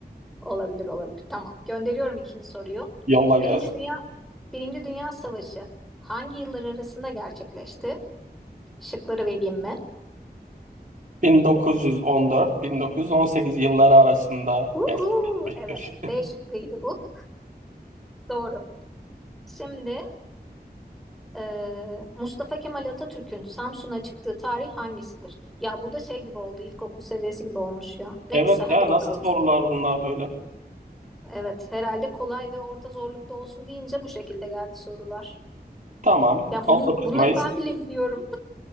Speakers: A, in the centre; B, on the right.
A: Olabilir, olabilir. Tamam. Gönderiyorum ikinci soruyu.
B: Yolla gelsin.
A: Birinci Dünya Birinci Dünya Savaşı hangi yıllar arasında gerçekleşti? Şıkları vereyim mi?
B: 1914-1918 yılları arasında
A: Uhu,
B: gerçekleşir.
A: evet. B şıkkıydı bu. Doğru. Şimdi e, Mustafa Kemal Atatürk'ün Samsun'a çıktığı tarih hangisidir? Ya bu da şey gibi oldu. İlkokul seviyesi gibi olmuş ya. Neyse
B: Evet
A: hadi
B: ya
A: bakalım.
B: nasıl sorular bunlar böyle?
A: Evet, herhalde kolay ve orta zorlukta olsun deyince bu şekilde geldi sorular.
B: Tamam.
A: Ya
B: 19
A: bunun, bunları
B: Mayıs
A: ben bile biliyorum.